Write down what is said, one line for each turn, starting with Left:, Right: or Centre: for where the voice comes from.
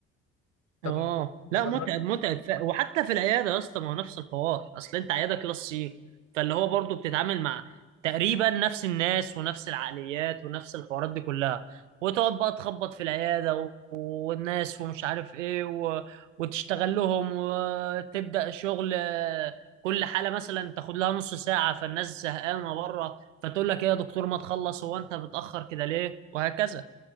Left: طب
Right: اه
Left: ما ما
Right: لا
Left: جر...
Right: متعب متعب ف... وحتى في العياده يا اسطى ما هو نفس الحوار اصل انت عياده كلاس سي فاللي هو برضه بتتعامل مع تقريبا نفس الناس ونفس العقليات ونفس الحوارات دي كلها وتقعد بقى تخبط في العياده و... والناس ومش عارف ايه و... وتشتغل لهم وتبدا شغل آه، كل حاله مثلا تاخد لها نص ساعه فالناس زهقانه بره فتقول لك ايه يا دكتور ما تخلص هو انت بتاخر كده ليه وهكذا